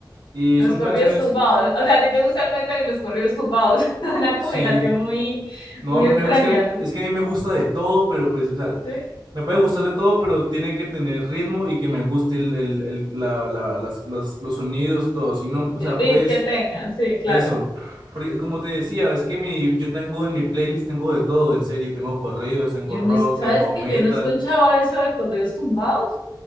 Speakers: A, on the right (about 70°); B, on the left (about 70°).
A: Y
B: Los
A: son
B: corridos
A: canciones,
B: tumbados. O sea, a ti te gusta el metal y los corridos tumbados. <laughs> Una
A: sí,
B: combinación muy,
A: no,
B: muy
A: a mí
B: extraña,
A: me, es que a mí-
B: ¿no?
A: es que a mí me gusta de todo, pero pues, o sea,
B: Sí.
A: me puede gustar de todo, pero tiene que tener ritmo y que me guste el, el- el- la- la- las- las- los sonidos y todo. Si no, o sea,
B: El
A: puedes
B: beat que tengan, sí, claro.
A: Eso, porque como te decía, es que mi, yo tengo en mi playlist, tengo de todo, en serio, tengo corridos, tengo
B: Yo
A: rock,
B: no, ¿sabes
A: tengo metal.
B: que yo no escuchaba eso de corridos tumbados?